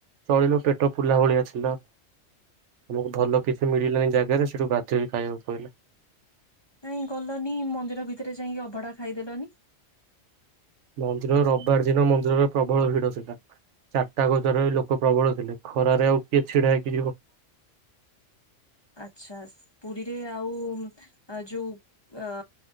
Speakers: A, on the right; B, on the left.
A: ଚଳିଲ ପେଟ ଫୁଲା ଭଳିଆ ଛେଲ। ଆମକୁ ଭଲ କିଛି ମିଳିଲାନି ଜାଗାରେ ସେଠୁ ବାଧ ହୋଇ ଖାଇବାକୁ ପଇଲା।
B: କାଇଁ ଗଲନି ମନ୍ଦିର ଭିତରେ ଯାଇଁ ଅଭଢା ଖାଇଦେଲନି?
A: ମନ୍ଦିର ରବିବାର ଦିନ ମନ୍ଦିରରେ ପ୍ରବଳ ଭିଡ ଥିଲା। ଚାରିଟା ଗଜରରେ ଲୋକ ପ୍ରବଳ ଥିଲେ। ଖରାରେ ଆଉ କିଏ ଛିଡା ହେଇକି ଯିବ?
B: ଆଚ୍ଛା। ପୁରୀରେ ଆଉ ଯୋଉ ଅ